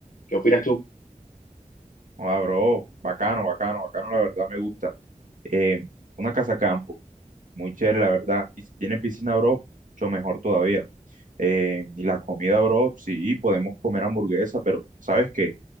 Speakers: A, on the left (about 75°); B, on the right (about 70°).
A: ¿Qué opinas tú?
B: Joda, bro, bacano, bacano, bacano, la verdad me gusta. Eh, una casa campo, muy chévere, la verdad. Y si tiene piscina, bro, mucho mejor todavía. Eh, y la comida, bro, sí, podemos comer hamburguesa, pero ¿sabes qué?